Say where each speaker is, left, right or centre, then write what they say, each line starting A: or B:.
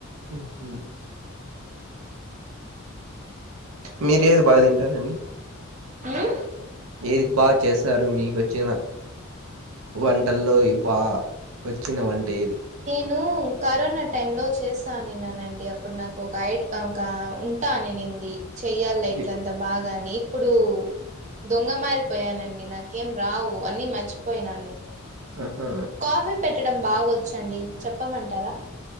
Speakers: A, on the right; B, on the right.
A: హ్మ్ హు మీరేది బాగ తింటారండి?
B: మ్మ్
A: ఏది బాగా చేస్తారు మీకు వచ్చిన వంటల్లో బా వచ్చిన వం ఏదీ
B: నూ కరోనా టైమ్ లో చేస్తానిననండి అప్పుడు నాకు ఒక ఐడి ఒక ఉంటానినింది. చెయ్యాలి ఇట్ల
A: ఎ
B: అంతా బాగా అనీ ఇప్పుడు దొంగ మారిపోయానండి నాకేం రావు అన్నీ మర్చిపోయినాను.
A: ఆ హా
B: కాఫీ పెట్టడం బాగొచ్చండి చెప్పమంటారా?